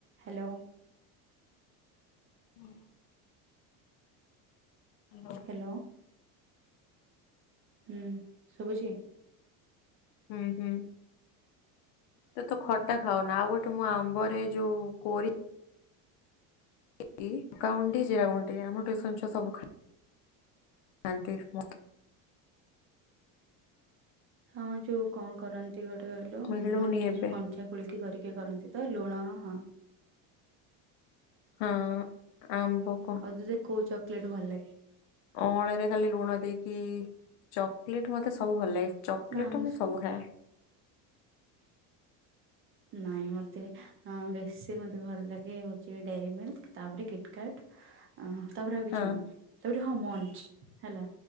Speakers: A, on the right; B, on the left.
A: Hello.
B: ହୁଁ। Hello.
A: Hello. ହୁଁ ଶୁବୁଚି?
B: ହୁଁ ହୁଁ। ତୁତ ଖଟା ଖାଉନା ଆଉ ଗୋଟେ ମୁଁ ଆମ୍ବରେ ଯୋଉ କୋରି କି ଲଙ୍କା ଗୁଣ୍ଡ ଟିକେ ଜିରା ଗୁଣ୍ଡ ଟିକେ ଆମ ଟିଉସନ୍ ଛୁଆ ସବୁ ଖାଇ ଖାନ୍ତି ମୁ
A: ହଁ ଯୋଉ କଣ କରନ୍ତି ଗୋଟେ କହିଲୁ
B: ମିଳୁନି
A: ମାନେ ସେ
B: ଏବେ।
A: ଯୋଉ କଞ୍ଚା ଖୋଳିକି କରିକି କରନ୍ତିତ ଲୁଣ ହଁ।
B: ହଁ ଆମ୍ବକୁ
A: ଆଉ ତତେ କୋଉ ଚକୋଲେଟ୍ ଭଲ ଲାଗେ?
B: ଅଁଳାରେ ଖାଲି ଲୁଣ ଦେଇକି ଚକୋଲେଟ୍ ମତେ ସବୁ ଭଲ ଲାଗେ। ଚକୋଲେଟ୍ଟା
A: ନା ଆମ
B: ମୁଁ ସବୁ ଖାଏ।
A: ନାଇଁ ମତେ ଅଁ ବେଶୀ ମତେ ଭଲ ଲାଗେ ହଉଚି ଡେରିମିଲ୍ ତାପରେ କିଟ୍ କାଟ୍। ଅ ତାପରେ ଆଉ କିଛି
B: ହଁ
A: ନୁହଁ ତାପରେ ହଁ ମଞ୍ଚ ହେଲା